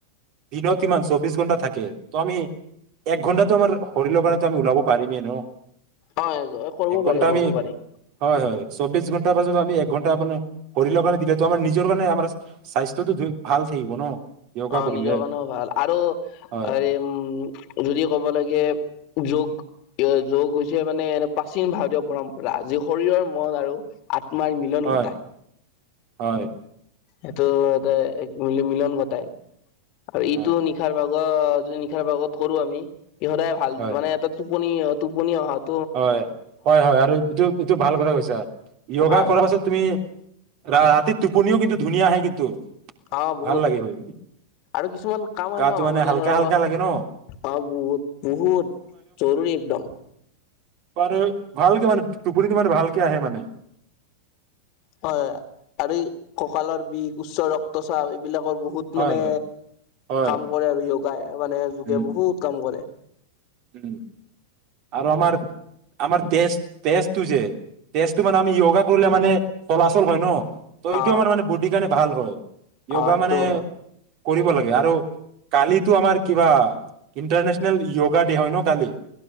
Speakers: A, on the right (about 40°); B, on the left (about 40°).
A: দিনত ইমান চৌবিশ ঘন্টা থাকে। ত' আমি এক ঘন্টাটো আমাৰ শৰীৰৰ কাৰণে আমি ওলাব পাৰিমেই ন।
B: হয় কৰিব
A: এক ঘন্টা
B: পাৰি -
A: আমি
B: কৰিব পাৰি।
A: হয় - হয় চৌবিশ ঘণ্টাৰ পছত আমি এক ঘণ্টা মপানে শৰীৰৰ কাৰণে দিলে আমাৰ নিজৰ কাৰণে আমাৰ স্বাস্থ্যয়টো ভাল থাকিব ন। য়োগা
B: অহ
A: কৰিলে
B: ' নিজৰ কাৰণেও ভাল আৰু
A: হয়
B: হ উম। যদি ক'ব লাগে যোগ - যোগ হৈছে মানে এনে প্ৰাচীন ভাৰতীয় পৰম্পৰা যি শৰীৰৰ মন আৰু আ তোমাৰ মিলন
A: হয়
B: ঘটায়।
A: হয়।
B: সেইটো এতে ম মিলন ঘটাই। আৰু ইটো
A: হয়
B: নিশাৰ ভাগৰ যদি <unintelligible> ভাগত কৰো আমি। সিহঁতৰে‌ ভাল,
A: হয়
B: মানে এটা টোপনি টোপনি অহাত
A: হয়। হয়, হয়। আৰু এইটো এইটো ভাল কথা কৈছা। য়োগা
B: ভাল
A: কৰাৰ পাছত তুমি ৰা ৰাতি টোপনিও কিন্তু ধুনীয়া আহে কিন্তু।
B: অ', বহুত।
A: ভাল লাগে শুই
B: আৰু কিছুমান কাম
A: গাটো
B: আহে ন মানে
A: হালকা
B: ধৰক,
A: হালকা
B: অ',
A: লাগে ন
B: বহুত বহুত জৰুৰী একদম।
A: মান ভালকে মানে টোপনিটো মানে ভালকে আহে মানে।
B: হয়, আৰু কঁকালৰ বিষ, উচ্চ ৰক্তচাপ এই বিলাকৰ বহুত
A: হয়
B: মানে
A: হয় হয়
B: কাম কৰে আৰু য়ো যায়। মানে যোগে
A: উম
B: বহুত কাম কৰে।
A: উম। আৰু আমাৰ, আমাৰ তেজ, তেজটো যে তেজটো মানে আমি য়োগা কৰিলে মানে চলাচল হয় ন। ত' এইটো
B: অ
A: আমাৰ মানে বডী কাৰণে ভাল হয়। য়োগা
B: অ সেইটো
A: মানে
B: হয়
A: কৰিব লাগে। আৰু কালিতো আমাৰ কিবা, ইণ্টাৰনেচনেল য়োগা দে হয় ন কালি?